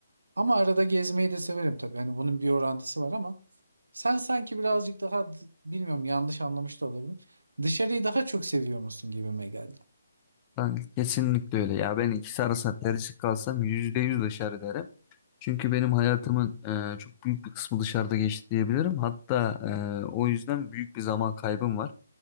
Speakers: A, on the right; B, on the left.
A: Ama arada gezmeyi de severim tabii. yani bunun bir orantısı var ama sen sanki birazcık daha d- bilmiyorum yanlış anlamış da olabilirim. Dışarıyı daha çok seviyor musun gibime geldi.
B: Ben kesinlikle öyle ya. Ben ikisi arasında tercih kalsam %100 dışarı derim. Çünkü benim hayatımın e, çok büyük bir kısmı dışarıda geçti diyebilirim. Hatta e, o yüzden büyük bir zaman kaybım var.